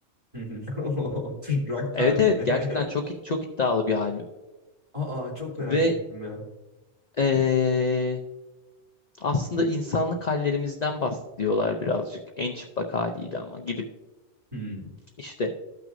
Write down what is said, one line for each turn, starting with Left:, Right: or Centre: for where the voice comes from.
Right: Hı hı. <laughs> Oo, Türk rock tarihine.
Left: Evet evet gerçekten çok it- çok iddialı bir albüm
Right: <laughs> Aa çok merak
Left: ve
Right: ettim ya.
Left: eee, aslında insanlık hallerimizden bahsediyorlar birazcık en çıplak haliyle ama gidip
Right: Hmm,
Left: işte